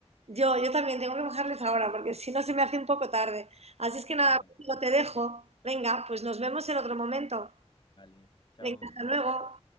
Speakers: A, on the right; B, on the left.
A: Yo, yo también tengo que bajarles ahora porque si no se me hace un poco tarde. Así es que nada,
B: Claro,
A: Rocío, te dejo. Venga, pues nos vemos en otro momento.
B: vale. Chao.
A: Venga, hasta luego.